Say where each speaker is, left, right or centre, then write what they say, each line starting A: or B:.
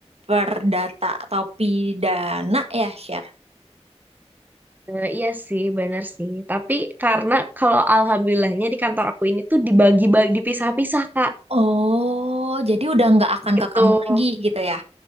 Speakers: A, on the right; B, on the right.
A: perdata atau pidana ya, Sher?
B: Eh, iya sih, benar sih. Tapi karena kalau alhamdulillahnya di kantor aku ini tuh dibagi-bagi, dipisah-pisah, Kak,
A: Oh, jadi udah nggak akan
B: gitu.
A: ke kamu lagi gitu ya?